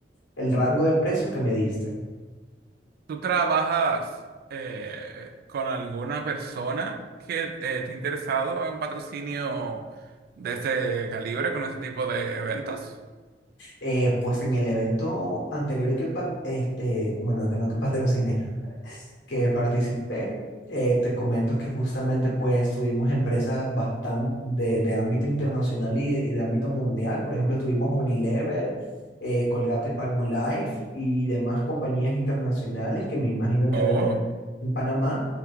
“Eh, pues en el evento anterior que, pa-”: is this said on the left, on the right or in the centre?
Left